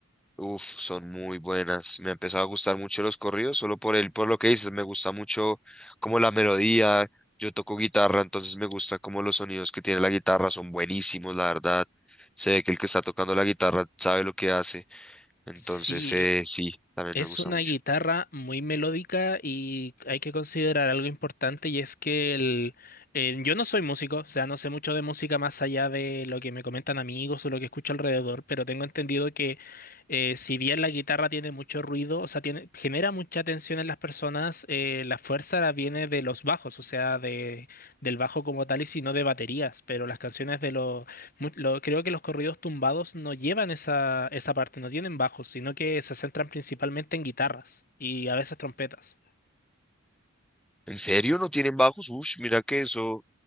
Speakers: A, in the centre; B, on the left (about 45°).
A: Uf, son muy buenas. Me ha empezado a gustar mucho los corridos, solo por el, por lo que dices, me gusta mucho como la melodía. Yo toco guitarra, entonces me gusta como los sonidos que tiene la guitarra son buenísimos, la verdad. Se ve que el que está tocando la guitarra sabe lo que hace. Entonces,
B: Sí,
A: eh, sí, también
B: Es
A: me gusta
B: una
A: mucho.
B: guitarra muy melódica y hay que considerar algo importante y es que el, eh, yo no soy músico, o sea, no sé mucho de música más allá de lo que me comentan amigos o lo que escucho alrededor, pero tengo entendido que eh, si bien la guitarra tiene mucho ruido, o sea, tiene, genera mucha tensión en las personas, eh, la fuerza la viene de los bajos, o sea, de, del bajo como tal y si no de baterías, pero las canciones de los Mu- lo- creo que los corridos tumbados no llevan esa, esa parte, no tienen bajos, sino que se centran principalmente en guitarras y a veces trompetas.
A: ¿En serio no tienen bajos? Ush, mira que eso.